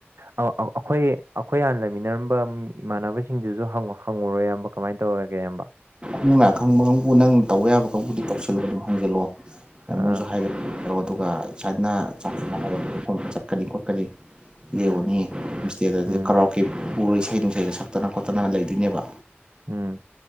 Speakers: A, on the right; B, on the right.
A: ꯑꯧ ꯑꯧ ꯑꯩꯈꯣꯏ ꯑꯩꯈꯣꯏ ꯍꯥꯟꯅ ꯂꯩꯃꯤꯟꯅꯔꯝꯕ ꯏꯃꯥꯟꯅꯕꯁꯤꯡꯗꯨꯁꯨ ꯍꯪꯉꯨꯔꯣ ꯏꯌꯥꯝꯕ ꯀꯃꯥꯏꯅ ꯇꯧꯋꫭꯒꯦ ꯏꯌꯥꯝꯕ
B: ꯅꯪꯅ ꯑꯈꯪꯕ ꯀꯥꯡꯕꯨ ꯅꯪ ꯇꯧꯕ ꯌꯥꯕ ꯀꯥꯡꯕꯨꯗꯤ ꯇꯧꯁꯤꯜꯂꯒ ꯑꯗꯨꯝ ꯍꯪꯖꯤꯜꯂꯣ
A: ꯑꯥ
B: ꯃꯣꯏꯁꯨ ꯍꯥꯏ <unintelligible> ꯑꯣ ꯑꯗꯨꯒ ꯁꯥꯏꯅ ꯆꯥꯛ ꯆꯥꯟꯅꯕ ꯃꯐꯝ ꯆꯠꯀꯅꯤ ꯈꯣꯠꯀꯅꯤ
A: ꯎꯝ
B: ꯂꯦꯎꯅꯤ ꯎꯁ꯭ꯇꯦꯗ ꯑꯗꯨ
A: ꯎꯝ
B: ꯀꯔꯥꯎꯀꯤ ꯄꯨꯔ ꯏꯁꯩ ꯅꯨꯡꯁꯒ ꯁꯛꯇꯅ ꯈꯣꯠꯇꯅ ꯂꯩꯗꯣꯏꯅꯦꯕ
A: ꯎꯝ